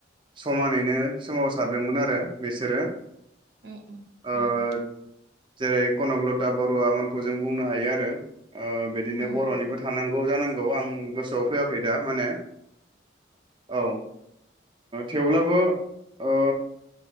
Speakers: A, on the right; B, on the right.
A: समान नैनो सोमावसारदोंमोन आरो। बिसोरो
B: उ उ
A: ओ
B: उम।
A: जेरै कनकलथा बरुव मोनखौ जों बुंनो हायो आरो। बिदिनो
B: उम
A: बर'निबो थानांगौ जानांगौ। औ आं गोसोआव फैयाखै दा माने औ थेवब्लाबो ओ